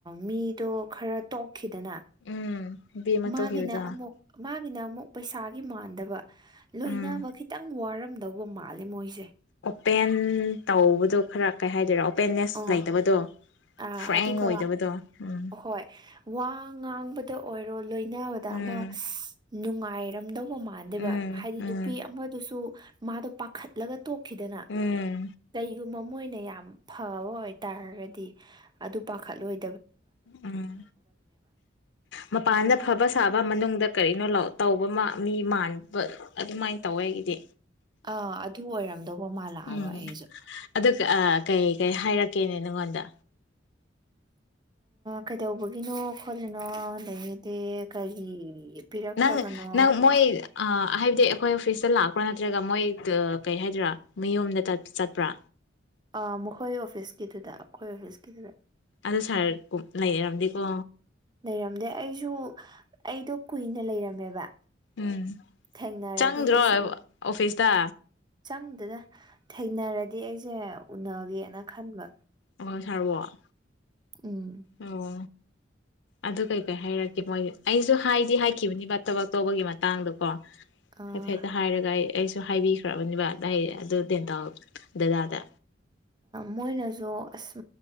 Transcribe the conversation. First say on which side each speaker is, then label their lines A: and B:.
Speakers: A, on the right; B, on the left.
A: ꯃꯤꯗꯣ ꯈꯔ ꯇꯣꯛꯈꯤꯗꯅ
B: ꯎꯝ ꯅꯨꯄꯤ ꯑꯃ
A: ꯃꯥꯒꯤꯅ
B: ꯇꯧꯈꯤꯕꯗꯣ
A: ꯑꯃꯃꯨ ꯃꯥꯒꯤꯅ ꯑꯃꯃꯨ ꯄꯩꯁꯥꯒꯤ ꯃꯥꯟꯗꯕ ꯂꯣꯏꯅꯕ
B: ꯎꯝ
A: ꯈꯤꯇꯪ ꯋꯥꯔꯔꯕ ꯗꯣ ꯎꯧꯕ ꯃꯥꯜꯂꯦ ꯃꯣꯏꯁꯦ
B: ꯄꯦꯟ ꯇꯧꯕꯗꯣ ꯈꯔ ꯀꯩ ꯍꯥꯏꯗꯣꯏꯔꯑꯣ ꯑꯣ ꯍꯄꯦꯟꯅꯁ
A: ꯑꯣ
B: ꯂꯩꯇꯕꯗꯣ
A: ꯑꯥ
B: ꯐ꯭ꯔꯦꯡ
A: ꯑꯗꯨꯒ
B: ꯑꯣꯏꯗꯕꯗꯣ ꯎꯝ
A: ꯍꯣꯏ ꯋꯥ ꯉꯥꯡꯕ ꯗ ꯑꯣꯏꯔꯣꯜ ꯂꯣꯏꯅꯕꯗ
B: ꯎꯝ
A: ꯑꯃ ꯅꯨꯡꯉ ꯍꯥꯏꯔꯝꯗꯣ ꯃꯥꯟꯗꯦꯕ
B: ꯎꯝ
A: ꯍꯥꯏꯗꯤ
B: ꯎꯝ
A: ꯅꯨꯄꯤ ꯑꯃꯗꯨꯁꯨ ꯃꯥꯗꯣ ꯄꯥꯈꯠꯂꯒ ꯇꯣꯛꯈꯤꯗꯅ
B: ꯎꯝ
A: ꯀꯩꯒꯨꯝ ꯃꯣꯏꯅ ꯌꯥꯝ ꯐꯕ ꯑꯣꯏꯇꯥꯔꯒꯗꯤ ꯑꯗꯨ ꯄꯥꯈꯠꯂꯣꯏ
B: ꯎꯝ ꯃꯄꯥꯟꯗ ꯐꯕ ꯁꯥꯕ ꯃꯅꯨꯡꯗ ꯀꯔꯤꯅꯣ ꯂꯥꯛꯑꯣ ꯇꯧꯕ ꯃꯤ ꯃꯥꯟꯕ ꯑꯗꯨꯃꯥꯏꯅ ꯇꯧꯋꯦ ꯑꯩꯒꯤꯗꯤ
A: ꯑꯥ ꯑꯗꯨ ꯑꯣꯏꯔꯝꯗꯧꯕ ꯃꯥꯜꯂꯥꯛꯑꯕ
B: ꯎꯝ
A: ꯑꯩꯁꯨ
B: ꯑꯗꯨ ꯀꯩ ꯀꯩ ꯍꯥꯏꯔꯛꯀꯦꯅꯦ ꯅꯪꯉꯣꯟꯗ
A: ꯀꯩꯗꯧꯕꯒꯤꯅꯣ ꯈꯣꯠꯂꯤꯅꯣ ꯂꯩꯒꯗꯦ ꯀꯔꯤ ꯄꯤꯔꯛꯇꯕꯅꯣ
B: ꯅꯪ ꯅꯪ ꯃꯣꯏꯣꯏ ꯑ ꯍꯥꯏꯕꯗꯤ ꯑꯩꯈꯣꯏ ꯑꯣꯐꯤꯁꯇ ꯂꯥꯛꯄ꯭ꯔꯥ ꯅꯠꯇ꯭ꯔꯒ ꯃꯣꯏ ꯀꯩ ꯍꯥꯏꯗꯣꯏꯔꯥ ꯃꯤꯌꯨꯝꯝꯗ ꯆꯠꯄ꯭ꯔꯥ
A: ꯑ ꯃꯈꯣꯏ ꯑꯣꯐꯤꯁꯀꯤꯗꯨꯗ ꯑꯩꯈꯣꯏ ꯑꯣꯐꯤꯁꯀꯤꯗꯨꯗ
B: ꯑꯗꯨ ꯁꯥꯔ ꯂꯩꯌꯦꯔꯝꯗꯤꯀꯣ
A: ꯂꯩꯔꯝꯗꯦ ꯑꯩꯁꯨ ꯑꯩꯗꯣ ꯀꯨꯏꯅ ꯂꯩꯔꯝꯃꯦꯕ
B: ꯎꯝ
A: ꯊꯦꯡꯅꯔꯗꯤ
B: ꯆꯪꯗ꯭ꯔꯣ
A: ꯑꯩꯁꯨ
B: ꯑꯣꯐꯤꯁꯇ
A: ꯆꯪꯗꯅ ꯊꯦꯡꯅꯔꯗꯤ ꯑꯩꯁꯦ ꯎꯅꯒꯦꯅ ꯈꯟꯕ
B: ꯑꯣ ꯁꯥꯔ ꯋꯥꯣ
A: ꯎꯝ
B: ꯑꯣ ꯑꯗꯨ ꯀꯩꯀꯩ ꯍꯥꯏꯔꯛꯀꯦ ꯃꯣꯏ ꯑꯩꯁꯨ ꯍꯥꯏꯗꯤ ꯍꯥꯏꯈꯤꯕꯅꯤꯕ ꯊꯕꯛ ꯇꯧꯕꯒꯤ ꯃꯇꯥꯡꯗ ꯀꯣ
A: ꯑꯥ
B: ꯍꯥꯏꯐꯦꯠꯇ ꯍꯥꯏꯔꯒ ꯑꯩ ꯑꯩꯁꯨ ꯁꯨ ꯍꯥꯏꯕꯤꯈ꯭ꯔꯕꯅꯦꯕ <unintelligible> ꯗꯗꯥꯗ
A: ꯃꯣꯏꯅꯁꯨ ꯑꯁ